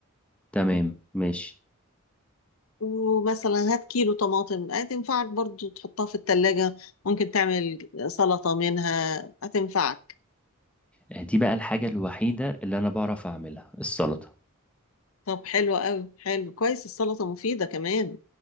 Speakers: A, in the centre; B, on the left.
A: تمام ماشي
B: ومثلا هات كيلو طماطم هتنفعك برضو تحطها في التلاجة ممكن تعمل سلطة منها هتنفعك
A: آه، دي بقى الحاجة الوحيدة اللي انا بعرف اعملها السلطة
B: طب حلو قوي حلو كويس السلطة مفيدة كمان